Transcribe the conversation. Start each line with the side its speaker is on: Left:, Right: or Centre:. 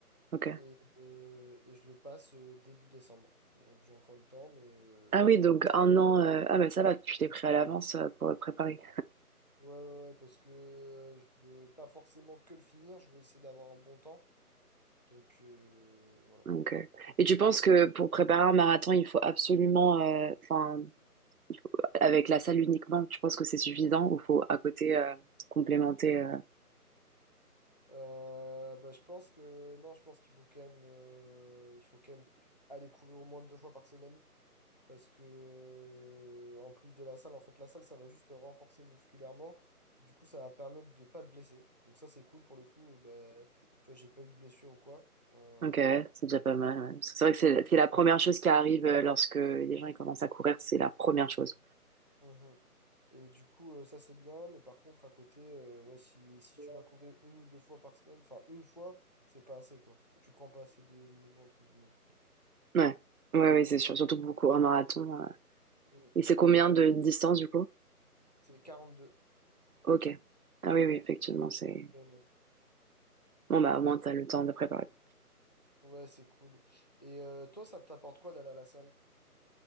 Right: Ok.
Left: et, euh, et je le passe euh, début décembre. Donc j'ai encore le temps, mais euh,
Right: Ah oui, donc un an. euh, Ah bah ça va, tu t'es pris à l'avance euh, pour le préparer.
Left: ouais, ouais, ouais, parce que euh, je veux pas forcément que le finir, je veux essayer d'avoir un bon temps. Donc euh, voilà.
Right: Ok. Et tu penses que pour préparer un marathon, il faut absolument, euh, enfin, il faut- avec la salle uniquement, tu penses que c'est suffisant ou faut à côté euh, complémenter euh,
Left: Euh, bah, je pense que non, je pense qu'il faut quand même, euh, il faut quand même aller courir au moins deux fois par semaine. Parce que, euh, en plus de la salle, en fait, la salle, ça va juste te renforcer musculairement. Du coup, ça va permettre de pas te blesser. Donc, ça, c'est cool pour le coup. euh, ben, tu vois, j'ai pas eu de blessure ou quoi. Euh,
Right: Ok, ouais, c'est déjà pas mal. ouais. Parce que C'est vrai que
Left: ouais.
Right: c'est c'est la première chose qui arrive euh, lorsque les gens ils commencent à courir, c'est la première chose.
Left: Mhm. Et du coup, euh, ça, c'est bien. Mais par contre, à côté, euh, ouais, si, si tu vas courir une ou deux fois par semaine, enfin, une fois, c'est pas assez, quoi. Tu prends pas assez de niveau, entre guillemets.
Right: Ouais, ouais, oui,
Left: Donc,
Right: c'est sûr. Surtout pour courir un marathon. euh.
Left: ouais.
Right: Et c'est combien
Left: Et toi,
Right: de distance du coup?
Left: c'est 42
Right: Ok. Ah oui, oui, effectivement, c'est
Left: km.
Right: bon. Bah au moins
Left: Et-
Right: t'as le temps de préparer.
Left: ouais, c'est cool. Et euh, toi, ça t'apporte quoi d'aller à la salle?